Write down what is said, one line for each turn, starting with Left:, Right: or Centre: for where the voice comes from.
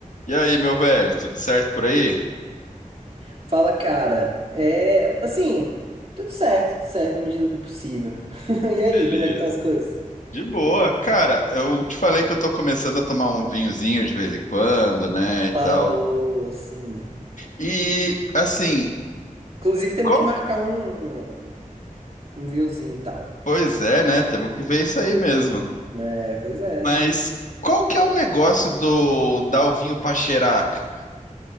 Left: E aí, meu velho, tudo certo por aí?
Right: Fala, cara. É, assim, tudo certo, tudo certo na medida do possível. <laughs> E aí,
Left: Beleza.
Right: como é que estão as coisas?
Left: De boa. Cara, eu te falei que eu tô começando a tomar um vinhozinho de vez em quando, né, e
Right: Falou,
Left: tal.
Right: sim.
Left: E, assim,
Right: Inclusive, temos
Left: qual...
Right: que marcar um, um, um vinhozinho e tal.
Left: Pois é, né, temos que ver isso aí mesmo.
Right: É, pois é.
Left: Mas qual que é o negócio do dar o vinho pra cheirar, cara?